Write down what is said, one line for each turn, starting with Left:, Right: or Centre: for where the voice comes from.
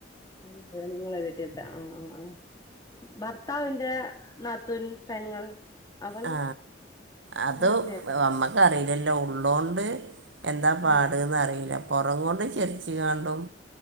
Left: അ <unintelligible> നിങ്ങളെ വീട്ടിത്താ ആ ആ ആ ഭർ ത്താവിന്റെ നാത്തുൻ പെങ്ങൾ അവൾ
Right: ആ അത്
Left: നല്ല സ്നേഹത്തിലാ
Right: അമ്മക്കറിലല് ല്ലോ ഉള്ളോണ്ട് എന്താ പാട്ന്നറീല്ല
Left: ഉം
Right: പൊറം കൊണ്ട് ചിര്ച്ച് ങ്ങാണ്ടും